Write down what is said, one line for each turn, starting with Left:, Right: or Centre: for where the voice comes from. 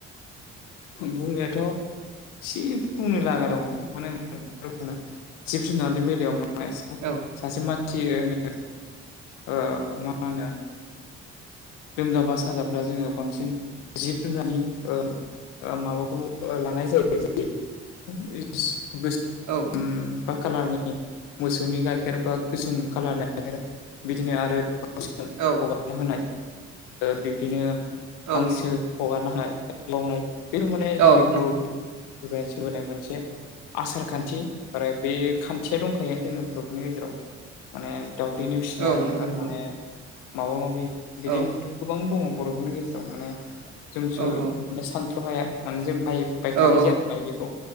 Left: बुंनायाथ'। एसे बुंनो लागा दङ मानो होनो जिब जुनारनि बेलायाव माने
Right: औ।
Left: सासे मानसि होनो ओ मा होनो लोमजाबा साजाब्ला जोङो बांसिन जिब जुनारनि ओ ओ माबाखौ ओ लानाय जायो जेरै
Right: औ।
Left: गोसोम बा कालारनि मोसौनि गाइखेर बा गोसोम कालारनि गाइखेर। बिदिनो आरो।
Right: औ।
Left: हगारना होनाय बिब्दिनो
Right: औ
Left: हांसो
Right: नंगौ
Left: हगारना होनाय। बे माने जोंनि
Right: औ
Left: बर'फोरनिफ्राय
Right: नंगौ
Left: सोलिबोनाय मोनसे आसार खान्थि आरो बे खान्थिया दंखायो जोंनि बर'फोरनि गेजेराव माने। दावदै निउसिनाय
Right: औ नंगौ नंगौ
Left: माने माबा माबि बिदिनो।
Right: औ
Left: गोबां दङ बर'फोरनि गेजेराव माने जोंसो
Right: औ औ
Left: माने सानथ्र' हाया माने जों बाय
Right: औ
Left: थानाय
Right: औ
Left: जाया नालाय बेखौ